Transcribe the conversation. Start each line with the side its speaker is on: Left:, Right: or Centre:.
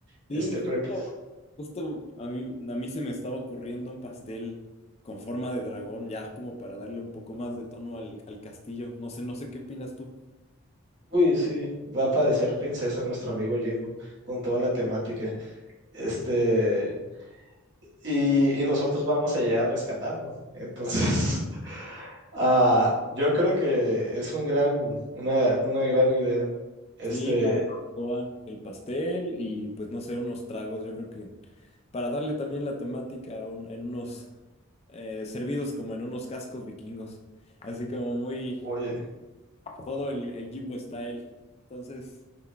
Right: Este,
Left: Sí, justo,
Right: pero que,
Left: justo a mí, a mí se me estaba ocurriendo un pastel con forma de dragón, ya como para darle un poco más de tono al, al castillo. No sé, no sé qué opinas tú.
Right: uy, sí, va a parecer princesa nuestro amigo Jimbo con toda la temática. Este. y, y nosotros vamos a llegar a rescatarlo. Entonces, <laughs> ah, yo creo que es un gran, una, una gran idea. Este,
Left: Sí, la barbacoa, el pastel y pues no sé, unos tragos, yo creo que. para darle también la temática a un- en unos eh, servidos como en unos cascos vikingos, así como muy
Right: oye,
Left: todo el, el Jimbo style. Entonces,